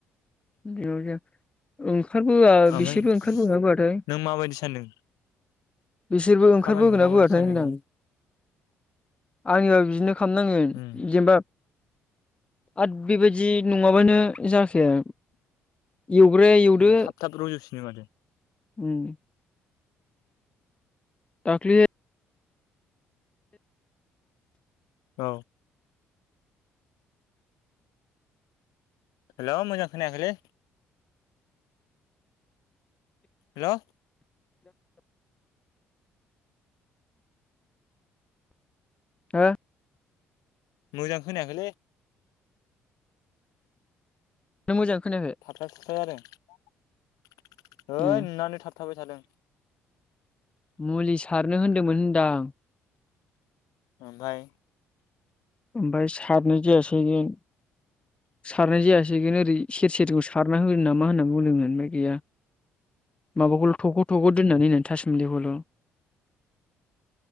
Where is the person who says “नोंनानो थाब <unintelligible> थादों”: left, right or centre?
Left